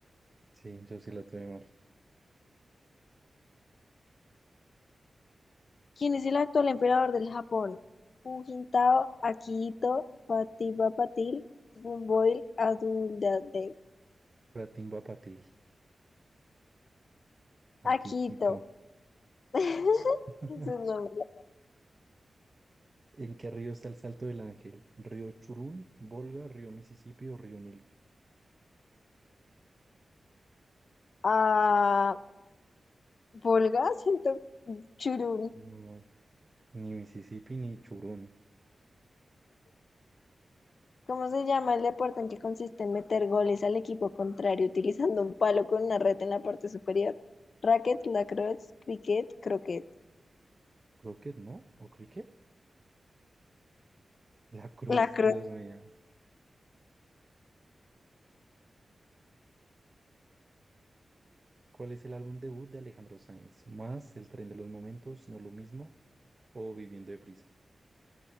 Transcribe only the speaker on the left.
¿Quién es el actual emperador del Japón? Jujintao, Akihito, Patipa Patil, Bumboil, Adulade.
Akihito.
<laughs>
Es su nombre.
Ah, Volga, siento churún.
¿Cómo se llama el deporte en que consiste en meter goles al equipo contrario utilizando un palo con una red en la parte superior? Racket, lacrosse, cricket, croquet.
Lacrosse.